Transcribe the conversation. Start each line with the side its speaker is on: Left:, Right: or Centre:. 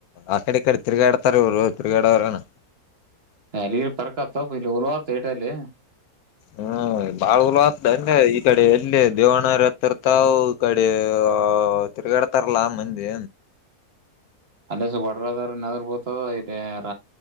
Left: ಅಕಡೆ ಈಕಡೆ ತಿರುಗಾಡ್ತಾರೆ ಇವರು ತಿರುಗಾಡವರನ್ನೂ
Right: ಅಲ್ಲಿರ್ ಪರಕತ್ತ ಇಲ್ಲಿ ಉಲ್ವತ ಏಟಲ್ಲಿ
Left: ಹ್ಮ್ ಬಾರಲ್ ಉಲತ್ ಅನ್ನ ಈ ಕಡೆ ಎಲ್ಲಿ ದೇವಣ್ಣ ಅವರ್ ಹತ್ತಿರ್ತವು ಈ ಕಡೆ ತಿರುಗಡ್ ತರ್ಲಾ ಮಂದಿ
Right: ಅಂದ ಸ ಕೊಡ್ರದಾರ ನದರು ಬತದ ಇರ